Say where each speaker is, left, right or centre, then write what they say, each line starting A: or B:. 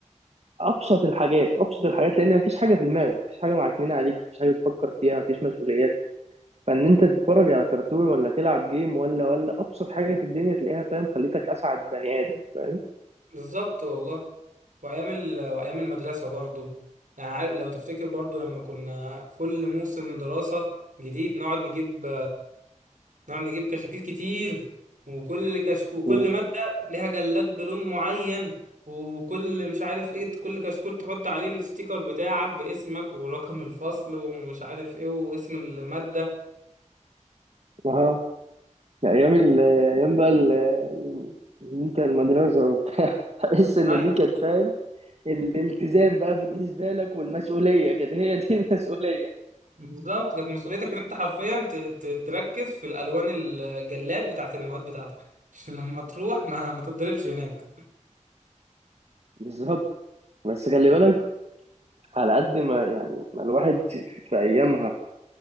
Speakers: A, on the right; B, on the right.
A: ابسط الحاجات ابسط الحاجات لان مفيش حاجه في دماغك مفيش حاجه معكنينه عليك مفيش حاجه تفكر فيها مفيش مسؤوليات فان انت تتفرج على كرتون ولا تلعب جيم ولا ولا ابسط حاجه في الدنيا تلاقيها فاهم خليتك اسعد بني ادم فاهم
B: بالظبط والله وايام ال... وايام المدرسه برضو يعني عارف- لو تفتكر برضو لما كنا كل موسم دراسه جديد نقعد نجيب نقعد نجيب كشاكيل كتير وكل كشكو كل
A: مم.
B: مادة ليها جلاد بلون معين وكل مش عارف ايه كل كشكول تحط عليه الستيكر بتاعك باسمك ورقم الفصل ومش عارف ايه واسم المادة
A: اه ايام ال- ايام بقى ال- ال- انت المدرسه وبتاع <laughs> تحس ان
B: ايوه
A: دي كانت فاهم الالتزام بقى بالنسبه لك والمسؤوليه كانت هي دي <laughs> المسؤوليه
B: بالظبط كانت مسؤوليتك ان انت حرفيا ت- ت- تركز في الالوان الجلاد بتاعت المواد بتاعتك <laughs> عشان لما تروح ما ما تتضربش هناك
A: بالظبط بس خلي بالك على قد ما يعني ما الواحد في ايامها